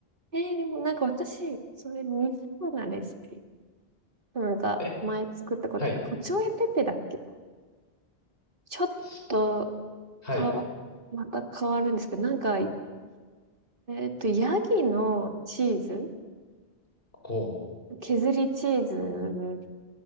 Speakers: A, on the right (about 55°); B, on the left (about 60°).
A: えーでもなんか私、それ似たようなレシピ。なんか前作ったことで、
B: え、はい。
A: カチョエペペだっけちょっと
B: しはい。
A: 変わ、また変わるんですけど、なんか、えっと、ヤギのチーズ、
B: こう。
A: 削りチーズ